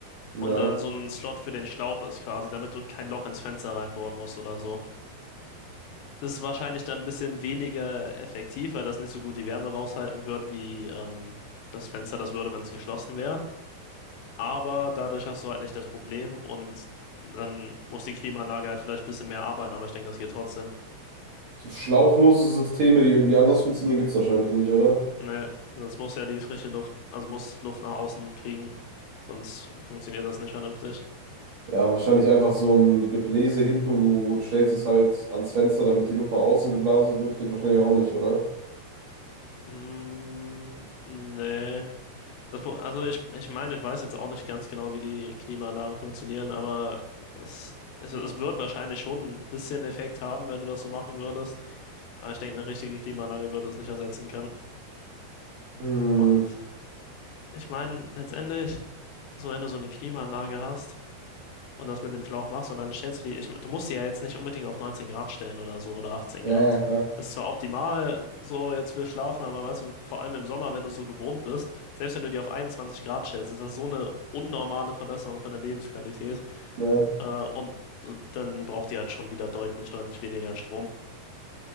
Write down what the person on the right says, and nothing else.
ja.
So schlauchlose Systeme, die irgendwie anders funktionieren, gibt es wahrscheinlich nicht, oder?
Ja, wahrscheinlich einfach so ein Gebläse hinten und du stellst es halt ans Fenster, damit die Luft nach außen geblasen wird, geht wahrscheinlich auch nicht, oder?
Hm,
ja,
ja, klar.
Ja.